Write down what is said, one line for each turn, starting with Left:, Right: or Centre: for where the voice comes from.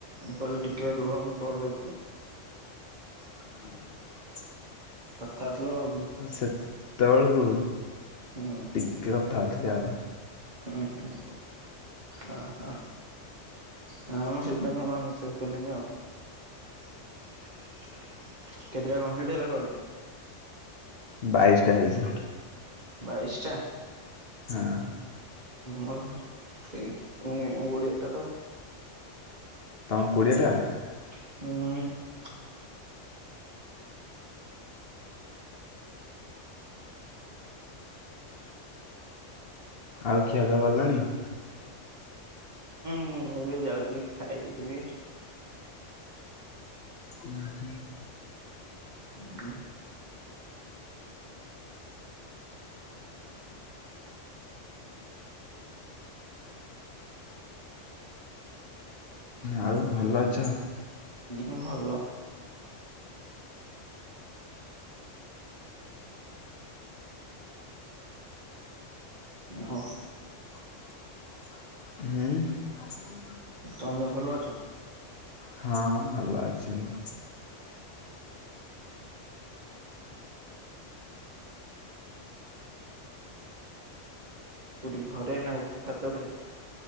Right: କହିଲ ଟିକେ ରୁହ ମୁଁ କଣ କରୁଛି।
Left: ହୁଁ।
Right: କଥା ହଉଥିଲ ହୁଁ
Left: ସେତେବେଳକୁ
Right: ହୁଁ
Left: ଟିକେ କଥା ହଉଥିଲି ଆଉ।
Right: ହୁଁ ହୁଁ ହ ହଁ ହ ଆମ ସେଇ <unintelligible> ମେସେଜ କଲିନି ଆଉ। କେତେଟା କମ୍ପ୍ଲିଟ ହେଲା କଲ?
Left: ବାଇଶଟା ହେଇଛି।
Right: ବାଇସ ଟା?
Left: ହଁ।
Right: ହଁ ସେଇ ଗଡ଼ିଆଟା ତ।
Left: ତମ କୋଡ଼ିଏଟା?
Right: ହୁଁ।
Left: ଆଉ ଖିଆପିଆ କଲଣି?
Right: ହୁଁ ଏବେ ଯାଉଛି। ଖାଇବି।
Left: ହୁଁ ହୁଁ।
Right: ହୁଁ।
Left: ଆଉ ଭଲ ଅଛ?
Right: ହୁଁ ଭଲ। ଆଉ
Left: ହୁଁ।
Right: ତମେ ଭଲ ଅଛ?
Left: ହଁ ଭଲ ଅଛି ମୁଁ।
Right: କୁଠି ଘରେ ନା ଛାତ ଉପରେ?